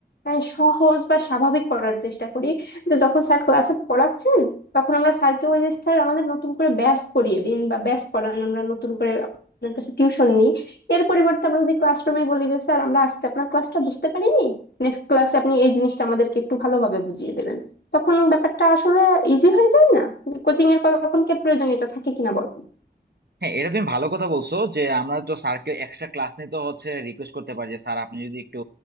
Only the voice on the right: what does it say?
হ্যাঁ এটা তুমি ভালো কথা বলছো যে আমরা তো স্যারকে এক্সট্রা ক্লাস নিতে হচ্ছে রিকোয়েস্ট করতে পারি যে স্যার আপনি যদি একটু